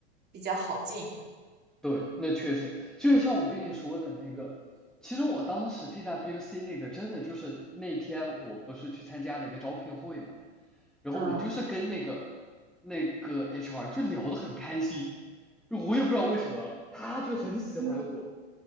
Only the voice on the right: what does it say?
比较好进。
嗯，
嗯